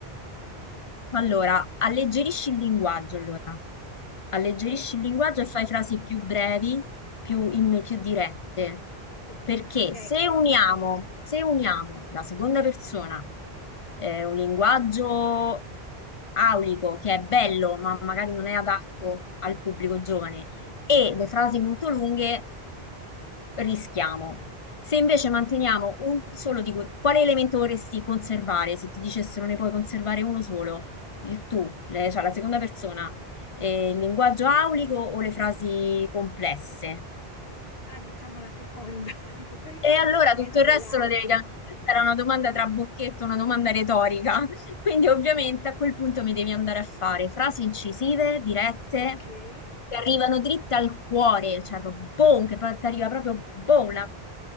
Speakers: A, on the left; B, on the left.
A: Allora, alleggerisci il linguaggio, allora. Alleggerisci
B: Ok,
A: il linguaggio e fai frasi più brevi, più, in- più dirette.
B: ok,
A: Perché
B: più secche.
A: se uniamo, se uniamo la seconda persona, eh, un linguaggio aulico che è bello, ma magari non è adatto al pubblico giovane, e le frasi molto lunghe, rischiamo. Se invece manteniamo un solo di que- quale elemento vorresti conservare? Se ti dicessero ne puoi conservare uno solo, il tu, le- cioè la seconda persona, eh, il linguaggio aulico o le frasi complesse?
B: Ah, diciamo la seconda, <laughs> potrei
A: E
B: farne
A: allora
B: meno
A: tutto
B: delle
A: il resto
B: altre.
A: lo devi cambiare. Questa era una domanda tra bocchetto, una domanda retorica. <laughs> Quindi ovviamente a quel punto mi devi andare a fare frasi incisive, dirette,
B: Ok, sì,
A: che arrivano dritte al cuore, cioè proprio boom, che poi ti arriva proprio boom. la-